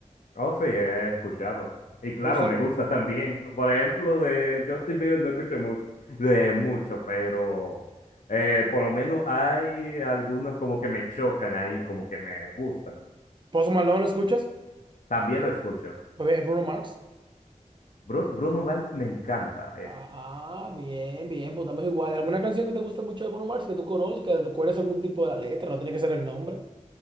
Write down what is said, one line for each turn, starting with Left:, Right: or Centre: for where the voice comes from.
Left: Oh, sí, he escuchado. Y claro,
Right: ¿Te gusta?
Left: me gusta también. Por ejemplo, de Justin Bieber no escucho mu- de mucho, pero eh, por lo menos hay algunas como que me chocan ahí, como que me gustan.
Right: ¿Post Malone lo escuchas?
Left: También lo escucho.
Right: Br- Bruno Mars.
Left: Bru- Bruno Mars me encanta,
Right: Ah, bien, bien, pues estamos igual. ¿Alguna canción que te guste mucho de Bruno Mars que tú conoces, que recuerdes algún tipo de la letra? No tiene que ser el nombre.